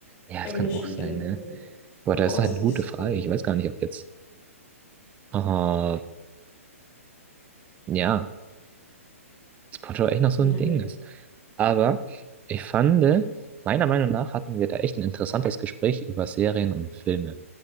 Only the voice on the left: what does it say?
englischen
Kindern.
so.
Ich glaub,
Bei uns
ist
nicht
so.
Mhm.